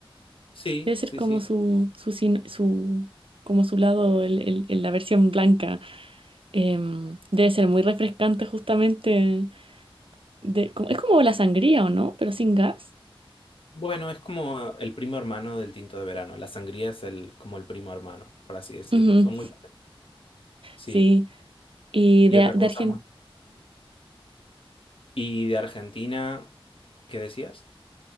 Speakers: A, on the left; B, on the right.
A: Sí,
B: Debe ser
A: sí,
B: como
A: sí.
B: su, su, sin- su- como su lado, el, el- el- la versión blanca. Em, debe ser muy refrescante justamente. De, como- es como la sangría, ¿o no? Pero sin gas.
A: Bueno, es como el primo hermano del tinto de verano. La sangría es el, como el primo hermano, por así decirlo.
B: Ujú,
A: Son muy parecidos Sí.
B: sí. Y
A: Y
B: de,
A: otra
B: de
A: cosa
B: Argentina,
A: muy... Y de Argentina, ¿qué decías?